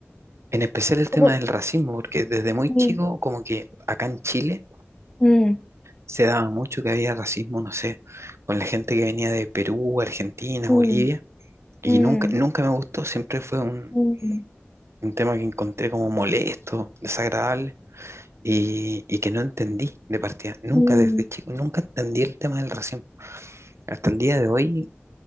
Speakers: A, on the right (about 75°); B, on the left (about 15°).
A: En especial el tema
B: Pero-
A: del racismo, porque desde muy
B: sí.
A: chico, como que acá en Chile
B: Mm,
A: se daba mucho que había racismo, no sé, con la gente que venía de Perú, Argentina,
B: mm,
A: Bolivia. Y
B: mm,
A: nunca, nunca me gustó, siempre fue un,
B: mm,
A: un tema que encontré como molesto, desagradable y, y que no entendí de partida. Nunca
B: mm.
A: desde chico, nunca entendí el tema del racismo. Hasta el día de hoy